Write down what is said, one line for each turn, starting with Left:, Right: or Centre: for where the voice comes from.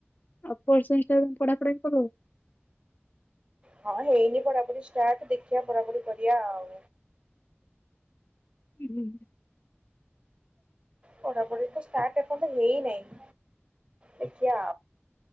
Left: ଆଉ ଫୋର୍ସ ସେମିଷ୍ଟାର ପଢାପଢାି କେବେ?
Right: ହଁ ହେଇନି ପଢାପଢି ଷ୍ଟାର୍ଟ ଦେଖିବା ପଢାପଢି କରିବା ଆଉ।
Left: <unintelligible>
Right: ପଠାପଢି ତ ଷ୍ଟାର୍ଟ ଏପନ୍ତ ହେଇ ନେଇଁ। ଦେଖିଆ